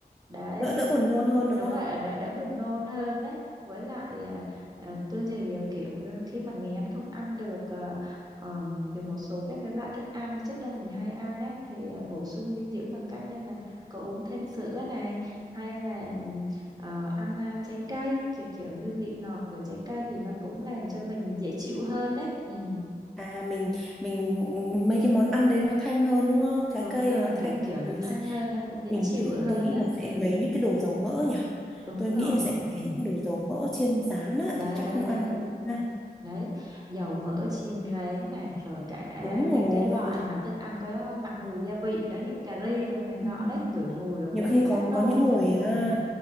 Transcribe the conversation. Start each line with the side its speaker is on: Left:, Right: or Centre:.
Right: đấy
Centre: đỡ đỡ buồn nôn hơn đúng
Right: đúng
Centre: không
Right: rồi đỡ đỡ buồn nôn hơn đấy với lại à, à, tôi thì à, kiểu ờ, khi mà nghén không ăn được à, ờm, được một số các cái loại thức ăn trước đây mình hay ăn đấy thì à, bổ sung dinh dưỡng bằng cách như là có uống thêm sữa này hay là ừm, ờ, ăn à, trái cây kiểu kiểu như vị ngọt của trái cây thì nó cũng làm cho mình dễ chịu hơn đấy ừ.
Centre: à mình mình mấy cái món ăn đấy nó thanh hơn đúng không trái
Right: đúng
Centre: cây
Right: rồi
Centre: nó thanh
Right: kiểu
Centre: thì
Right: kiểu
Centre: mình
Right: nó thanh
Centre: sẽ
Right: hơn nó cũng dễ
Centre: mình
Right: chịu
Centre: tưởng
Right: hơn
Centre: tôi nghĩ
Right: đấy
Centre: là sẽ
Right: ừ
Centre: ngấy những cái đồ dầu mỡ nhỉ
Right: đúng
Centre: tôi nghĩ
Right: rồi
Centre: là sẽ ngấy
Right: ừ.
Centre: những cái đồ dầu mỡ chiên rán á,
Right: đấy
Centre: thì chắc
Right: đấy
Centre: không ăn
Right: đấy
Centre: được ha
Right: đấy dầu mỡ chiên rén này rồi cả
Centre: đúng
Right: những
Centre: rồi
Right: cái loại mà thức ăn có nặng mùi gia vị nữa như cà ri rồi này nọ
Centre: Ừ.
Right: đấy ngửi mùi là cũng
Centre: nhiều khi
Right: đã phát
Centre: có
Right: nôn
Centre: có những
Right: rồi
Centre: người
Right: ừ
Centre: à,